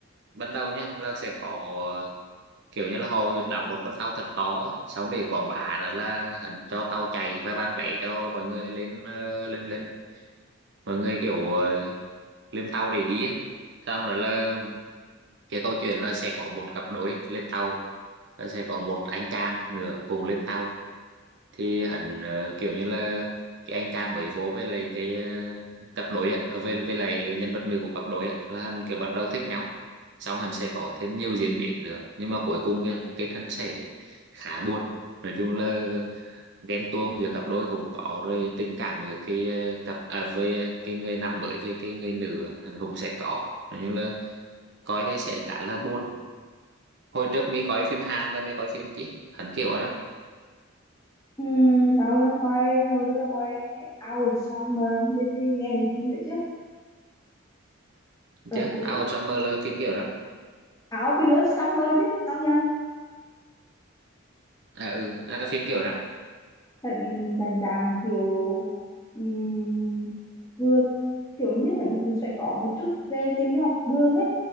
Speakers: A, on the right; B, on the left.
A: ban đầu nha, là sẽ có kiểu như là họ đóng một con tàu thật to, á, xong để quảng bá rồi là hẳn cho tàu chạy và bán vé cho mọi người lên ờ, lên lên mọi người kiểu ờ, lên tàu để đi á. Xong rồi là cái câu chuyện là sẽ có một cặp đôi lên tàu và sẽ có một anh chàng nữa cùng lên tàu thì hắn ờ, kiểu như là cái anh chàng mới vô với lại cái ờ, cặp đôi á ờ, với với lại nhân vật nữ của cặp đôi á là hắn kiểu bắt đầu thích nhau xong hắn sẽ có thêm nhiều diễn biến nữa nhưng mà cuối cùng cái cái thân sẽ khá buồn nói chung là ghen tuông giữa cặp đôi cũng có rồi tình cảm giữa cái ờ, cặp à, với cái người nam mới với cái người nữ á, hắn cũng sẽ có nói chung là coi cái sẽ khá là buồn hồi trước mới coi phim Hàn là mới coi phim chứ hắn kiểu đó
B: uhm, tao đang coi hồi đó tao coi Out of Summer biết đi nghe thì phim đấy chứ rồi
A: chứ Out
B: cuối
A: of Summer là phim kiểu đó
B: Out of Love Summer chứ tao nhầm
A: à ừ à, phim kiểu đó
B: thận rành ràng kiểu ừm, vừa kiểu như thận cũng sẽ có một chút về tình học đường ấy